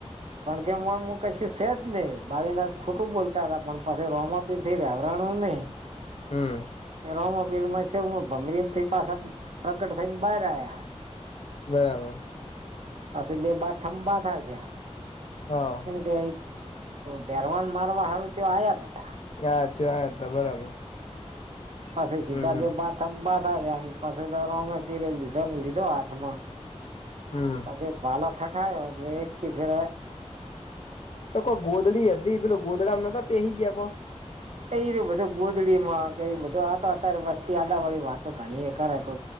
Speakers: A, on the right; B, on the left.
A: પણ કેમમ કશું છેજ નહી બાળીનાથ ખોટું બોલતા હતા પણ પાછી રોમા પીર થઈ રહ્યા. રાણુને.
B: હમ
A: રમપીર ભમરીથી પાછા પ્રકટ થઈને બહાર આવયા
B: બરાબર.
A: પાછી બે બા થંબા થા ત્યા
B: હા
A: કેમ કે ભેરવાન મારવા હારું તે આવ્યા જ હતા.
B: હા ત હતા બરાબર
A: પછી સીધા
B: હમ હમ
A: બે બાથ બાધા થયા પછી તો રમે પીરે લીધો લીધો હાથમાં.
B: હમ
A: પછી બલાક ઠઠાય એક કે ફર.
B: તો કોઈ ગોધડી હતી પેલ ગોધડા નતા પહેહી ગયા કોઈ
A: એ એ બધું ગોધડી માં કે બધું આતો અત્યારે વસ્તી આડાવાળી વાતો ઘણી એ ખરે ગો